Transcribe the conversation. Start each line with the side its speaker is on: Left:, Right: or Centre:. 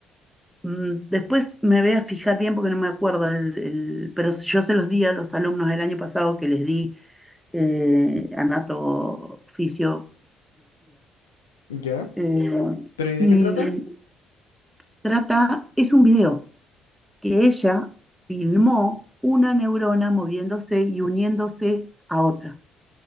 Centre: Mm, Después me voy a fijar bien porque no me acuerdo, el- el- pero yo se los di a los alumnos del año pasado que les di eh, anatofisiología.
Left: ya.
Centre: eh,
Left: ¿Pero y de
Centre: y
Left: qué trata?
Centre: trata, es un video que ella filmó una neurona moviéndose y uniéndose a otra.